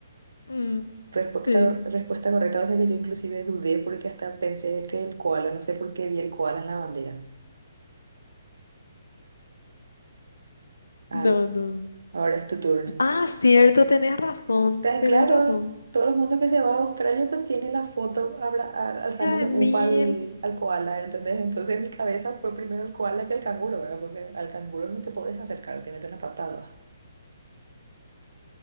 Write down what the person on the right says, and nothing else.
Respuesta,
respuesta correcta, o sea que yo inclusive dudé porque hasta pensé que el koala, no sé por qué vi el koala en la bandera. A
ver,
ahora es tu turno.
Tan
claro,
todo el mundo que se va a Australia pues tiene la foto habla- a- alzándole
upa al, al koala, ¿entendés? Entonces en mi cabeza fue primero el koala que el canguro, ¿verdad? Porque al canguro no te podés acercar, te mete una patada.